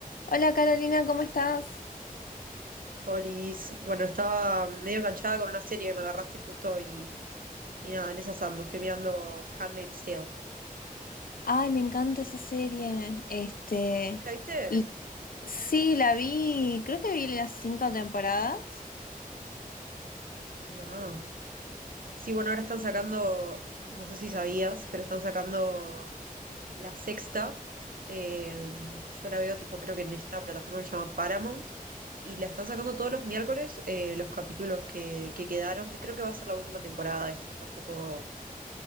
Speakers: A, on the left; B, on the right.
A: Hola Carolina, ¿cómo estás?
B: Olis, bueno, estaba medio enganchada con una serie que me agarraste justo y, y nada, en esa ando. Estoy mirando The Handmaid's Tale. ¿No
A: Ay, me encanta esa serie. Este,
B: ¿La viste?
A: y sí, la vi, creo que vi las cinco temporadas.
B: Ahí va. Sí, bueno, ahora están sacando, no sé si sabías, pero están sacando la sexta. Eh, yo la veo tipo, creo que en esta plataforma que se llama Paramount. Y la están sacando todos los miércoles eh, los capítulos que, que quedaron, que creo que va a ser la última temporada. Esta está un poco,